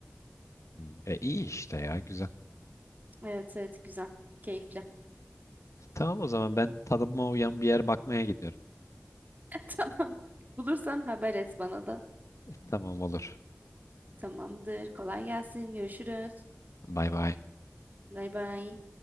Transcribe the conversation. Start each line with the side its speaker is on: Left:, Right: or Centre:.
Left: Hmm, E iyi işte ya güzel.
Right: Evet evet güzel. Keyifli.
Left: Tamam o zaman ben tanınma uyan bir yer bakmaya gidiyorum.
Right: <laughs> Tamam. Bulursan haber et bana da.
Left: E, tamam olur.
Right: Tamamdır. Kolay gelsin. Görüşürüz.
Left: Bay bay.
Right: Bay bay.